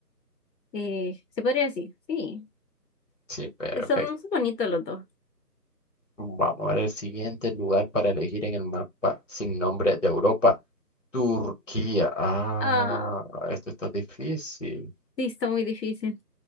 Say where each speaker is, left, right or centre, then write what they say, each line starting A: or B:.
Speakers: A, on the left (about 80°); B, on the left (about 50°).
A: Eh, se podría decir, sí,
B: Sí, perfecto.
A: son, son bonitos los dos.
B: Vamos a ver el siguiente lugar para elegir en el mapa sin nombre de Europa. Turquía. Ah,
A: Ah,
B: esto está difícil.
A: sí, está muy difícil.